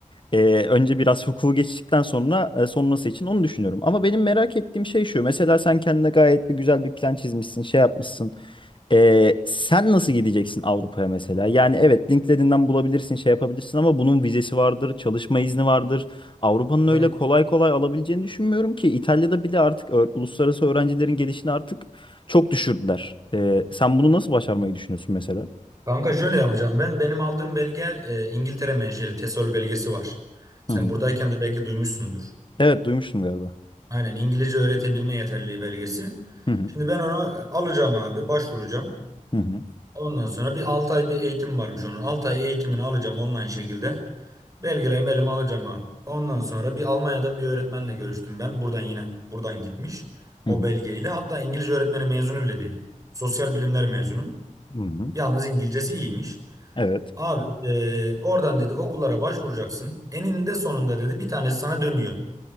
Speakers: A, on the left (about 35°); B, on the right (about 25°).
A: e, önce biraz hukuku geçtikten sonra e, sonrası için onu düşünüyorum. Ama benim merak ettiğim şey şu. Mesela sen kendine gayet bir güzel bir plan çizmişsin, şey yapmışsın. Ee, sen nasıl gideceksin Avrupa'ya mesela? Yani evet LinkedIn'den bulabilirsin, şey yapabilirsin ama bunun vizesi vardır, çalışma izni vardır. Avrupa'nın
B: Ya
A: öyle kolay kolay alabileceğini düşünmüyorum ki İtalya'da bile artık ö- uluslararası öğrencilerin gelişini artık çok düşürdüler. Ee, sen bunu nasıl başarmayı düşünüyorsun mesela?
B: Kanka şöyle yapacağım ben. Benim aldığım belge e, İngiltere menşeli TESOL belgesi var. Sen
A: Hı hı.
B: buradayken de belki duymuşsundur.
A: Evet duymuştum galiba.
B: Aynen İngilizce öğretebilme yeterliliği belgesi.
A: Hı hı.
B: Şimdi ben onu e, alacağım abi, başvuracağım.
A: Hı hı.
B: Ondan sonra bir 6 ay bir eğitim varmış onun. 6 ay eğitimini alacağım online şekilde. Belgelerimi elime alacağım abi. Ondan sonra bir Almanya'dan bir öğretmenle görüştüm ben. Buradan yine buradan gitmiş
A: Hı
B: o
A: hı.
B: belgeyle. Hatta İngilizce öğretmeni mezunu bile değil. Sosyal bilimler mezunu.
A: Hı hı.
B: Yalnız İngilizcesi iyiymiş.
A: Evet.
B: Abi eee, oradan dedi okullara başvuracaksın. Eninde sonunda dedi bir tanesi sana dönüyor.